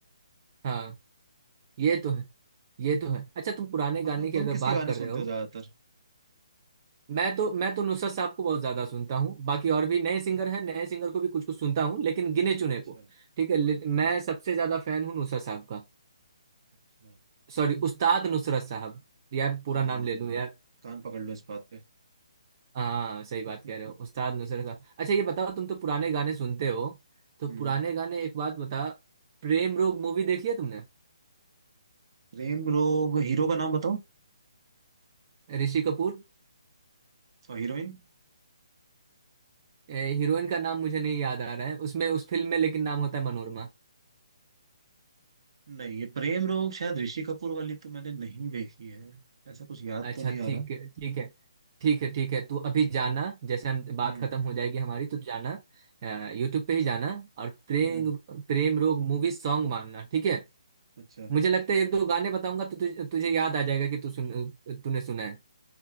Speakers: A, on the right; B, on the right.
A: हाँ ये तो है ये तो है अच्छा तुम पुराने
B: तुम्हारा
A: गाने की
B: तुम
A: अगर
B: किसके
A: बात
B: गाने
A: कर
B: सुनते
A: रहे हो
B: हो ज्यादातर
A: मैं तो मैं तो नुसरत साहब को बहुत ज्यादा सुनता हूँ बाकी और भी नए सिंगर हैं नए सिंगर को भी कुछ कुछ सुनता हूँ लेकिन गिने चुने
B: अच्छा
A: को ठीक है ले-
B: हाँ
A: मैं
B: हाँ
A: सबसे ज्यादा फैन हूँ नुसरत साहब का
B: अच्छा
A: सॉरी उस्ताद नुसरत साहब यार
B: हाँ
A: पूरा
B: हाँ
A: नाम ले
B: हाँ।
A: लूँ यार
B: कान पकड़ लो इस बात पे
A: हाँ सही बात
B: <laughs>
A: कह रहे हो उस्ताद नुसरत साहब अच्छा ये बताओ तुम तो पुराने गाने सुनते हो तो
B: हम्म,
A: पुराने गाने एक बात बता प्रेम रोग मूवी देखी है तुमने
B: प्रेम रोग हीरो का नाम बताओ
A: ऋषि कपूर
B: और हीरोइन
A: ए, हीरोइन का नाम मुझे नहीं याद आ रहा है उसमें उस फिल्म में लेकिन नाम होता है मनोरमा
B: नहीं ये प्रेम रोग शायद ऋषि कपूर वाली तो मैंने नहीं देखी है ऐसा कुछ याद
A: अच्छा
B: तो नहीं आ
A: ठीक
B: रहा
A: है ठीक है ठीक है ठीक है तू अभी जाना जैसे हम बात
B: हम्म
A: खत्म हो जाएगी हमारी तो जाना यूट्यूब पे ही जाना और प्रेम
B: हम्म
A: प्रेम रोग मूवी सॉन्ग मारना ठीक है
B: अच्छा
A: मुझे लगता है एक दो गाने बताऊंगा तो तुझे, तुझे याद आ जाएगा कि तू सुन तूने सुना है